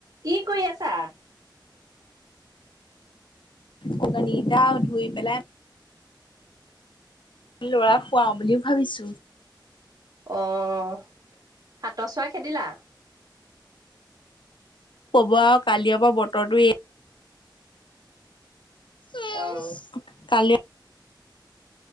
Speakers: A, on the right (about 45°); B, on the left (about 80°).
A: কি কৰি আছা?
B: কণী কেইটা ধুই পেলাই লৰা খুৱাও বুলিও ভাবিছোঁ।
A: অ' হাতৰ চৰা খেদিলা?
B: কব আৰু কালিৰ পৰা বতৰটো এই উম
A: অ'।
B: কালি